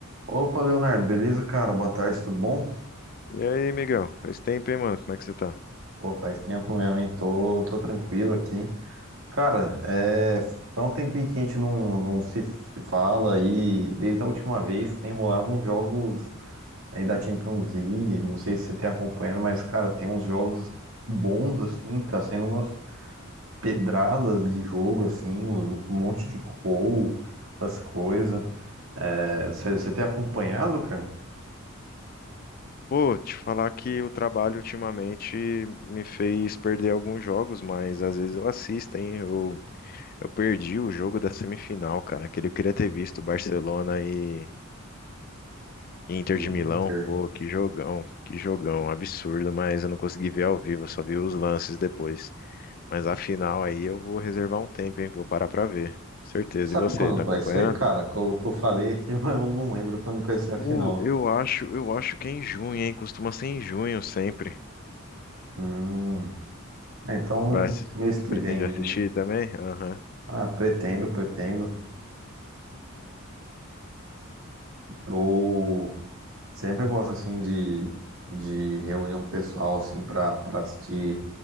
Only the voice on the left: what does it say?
E aí, Miguel? Faz tempo, hein, mano? Como é que você tá?
Pô, te falar que o trabalho ultimamente me fez perder alguns jogos, mas às vezes eu assisto, hein? Eu, eu perdi o jogo da semifinal, cara. Aquele eu queria ter visto Barcelona e Inter
de Milão. Pô, que jogão, que jogão, absurdo, mas eu não consegui ver ao vivo, eu só vi os lances depois. Mas a final aí eu vou reservar um tempo, hein? Vou parar pra ver. Certeza.
E você,
tá
acompanhando?
Pô,
eu acho, eu acho que é em junho, hein? Costuma ser em junho sempre.
Vai, assi-
pretende
assistir também? Aham.